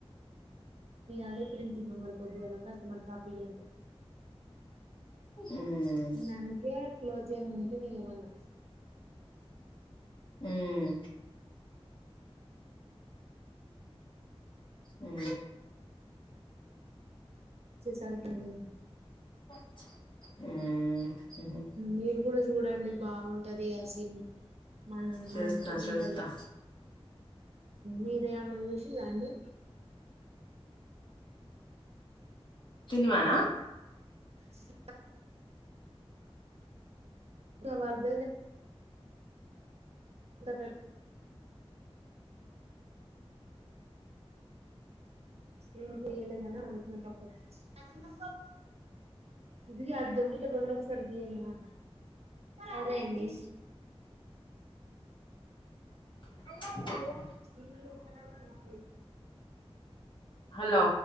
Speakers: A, on the right; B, on the left.
A: అదే ిన మరి కొద్దు అలా కస్టమర్స్పి అంటే
B: ఉమ్
A: నేను అందుకే క్లోజ్ చెయ్య ముందుకే తీయమన్నా
B: ఉమ్ అ
A: పచ్చే సారి కలీ
B: ఉమ్ ఉమ్
A: మీరు కూడా చూడండి బాగుంటది ఆ సీన్ మన
B: చూస్తా
A: మంచిగా
B: చూస్తా
A: ఉంటది మీరేమన్నా చూసిలాండి
B: సినిమానా
A: స వ జ ఉ ఇంటి ఏలగానాట్న ప మా ఇది అద్దరుగుట్ట ర లో సర్దియ మ అదేడి
B: అ ఉన్నాయా
A: ఇ
B: హలో